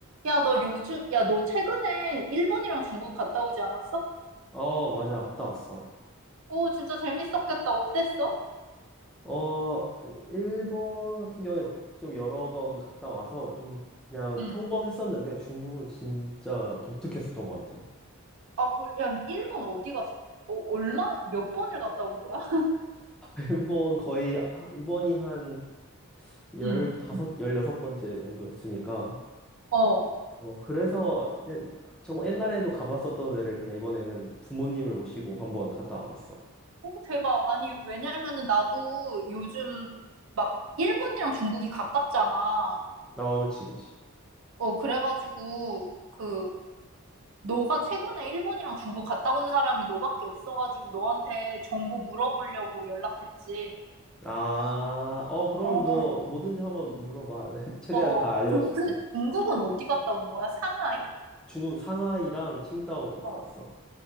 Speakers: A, on the right; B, in the centre.
A: 야, 너 요즘, 야, 너 최근에 일본이랑 중국 갔다 오지 않았어?
B: 어, 맞아. 갔다 왔어.
A: 오, 진짜 재밌었겠다. 어땠어?
B: 어, 일본 같은 경우에 뭐 좀 여러 번 갔다 와서 좀 그냥
A: 응.
B: 평범했었는데 중국은 진짜 독특했었던 것 같아.
A: 아, 그, 야, 일본 어디 갔어? 어, 얼마, 몇 번을 갔다 온 거야? <laughs>
B: <laughs> 일본 거의 하- 이번이 한 15,
A: 응.
B: 16번째 정도였으니까.
A: 어.
B: 어, 그래서 그냥 저 옛날에도 가봤었던 데를 그냥 이번에는 부모님을 모시고 한번 갔다 와봤어.
A: 오, 대박. 아니, 왜냐면은 나도 요즘 막 일본이랑 중국이 가깝잖아.
B: 어, 그치, 그치.
A: 어, 그래가지고, 그, 너가 최근에 일본이랑 중국 갔다 온 사람이 너밖에 없어가지고 너한테 정보 물어보려고 연락했지.
B: 아, 어, 그러면
A: 어.
B: 뭐 뭐든지 한번 물어봐. <laughs> 최대한
A: 어, 어.
B: 다 알려줄게.
A: 근데, 근데 중국은 어디 갔다 온 거야? 상하이?
B: 중국 상하이랑 칭다오 갔다
A: 어.
B: 왔어.